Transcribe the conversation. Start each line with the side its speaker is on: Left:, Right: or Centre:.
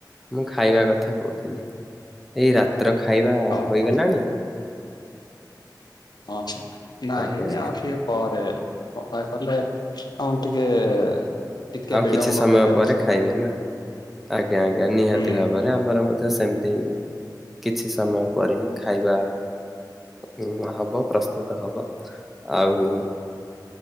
Centre: ମୁଁ ଖାଇବା କଥା କହୁଥିଲି। ଏଇ ରାତ୍ର ଖାଇବା
Left: ଓହୋ
Centre: ହୋଇଗଲାଣି?
Left: ହଁ ନାଇଁ
Centre: ଆଜ୍ଞା ଆଜ୍ଞା
Left: ଆଉ ଟିକେ ପରେ। ହ କଲେ ହଁ ଟିକେ ଟିକେ
Centre: ଆଉ
Left: ବିଳମ୍ବ
Centre: କିଛି ସମୟ
Left: ହେଇଯାଉଛି
Centre: ପରେ
Left: ତ
Centre: ଖାଇବେ ନା? ଆଜ୍ଞା ଆଜ୍ଞା ନିହାତି
Left: ହୁଁ।
Centre: ଭାବରେ ଆମର ମଧ୍ୟ ସେମିତି କିଛି ସମୟ ପରେ ହିଁ ଖାଇବା ଉ ହବ ପ୍ରସ୍ତୁତ ହବ ଆଉ